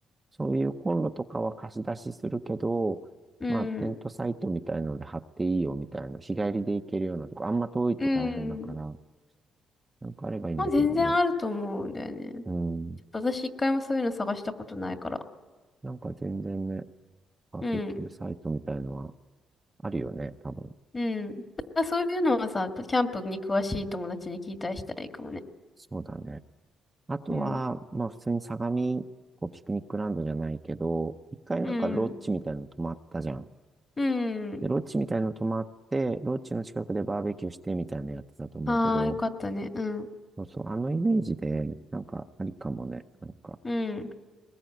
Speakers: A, on the right; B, on the left.
A: そういうコンロとかは貸し出しするけど、
B: うん。
A: まあ、テントサイトみたいので貼っていいよみたいな、日帰りで行けるようなとこ、あんま遠いと大変だから、
B: うん。
A: なんかあればいいんだけどね。
B: まあ全然あると思うんだよね。
A: うん。
B: ちょっと私一回もそういうの探したことないから。
A: なんか全然ね、バーベキューサイトみたいのは
B: うん。
A: あるよね、多分。
B: うん。あ、そういうのはさ、キャンプに詳しい友達に聞いたりしたらいいかもね。
A: そうだね。あとは、
B: うん。
A: まあ普通に相模、こうピクニックランドじゃないけど、一回なんかロッジみたいなの泊まったじゃん。
B: うん。うん。
A: で、ロッジみたいなの泊まって、ロッジの近くでバーベキューしてみたいなのやってたと思うけど、
B: ああ、よかったね。うん。
A: そうそう、あのイメージで、なんかありかもね。なんか、
B: うん。